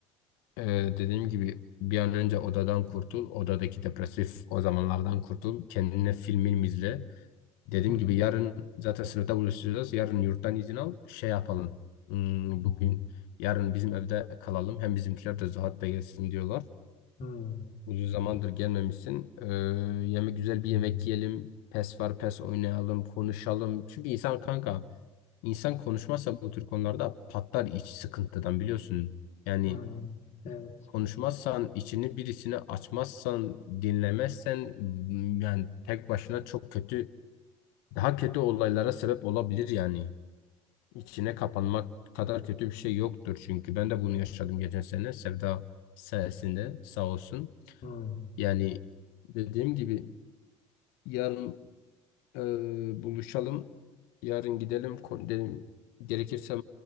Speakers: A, on the left; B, on the left.
A: e, dediğim gibi bir an önce odadan kurtul. Odadaki depresif o zamanlardan kurtul. Kendine film milm izle. Dediğim
B: Hmm,
A: gibi yarın zaten sınıfta buluşacağız. Yarın yurttan izin al. Şey yapalım. Hmm, bugün yarın bizim evde kalalım. Hem bizimkiler de Zuhat da gelsin diyorlar.
B: hmm,
A: Uzun zamandır gelmemişsin. Ee, yeme güzel bir yemek yiyelim. PES var, PES oynayalım, konuşalım. Çünkü insan kanka, insan konuşmazsa bu tür konularda patlar iç sıkıntıdan biliyorsun. Yani
B: hmm, evet,
A: konuşmazsan, içini birisine açmazsan, dinlemezsen m, yani tek başına çok kötü, daha kötü olaylara sebep olabilir yani. İçine kapanmak kadar kötü bir şey yoktur çünkü ben de bunu yaşadım geçen sene Sevda sayesinde sağ olsun.
B: hmm,
A: Yani dediğim gibi Yarın e, buluşalım. Yarın gidelim. Ko- Dedim, gerekirse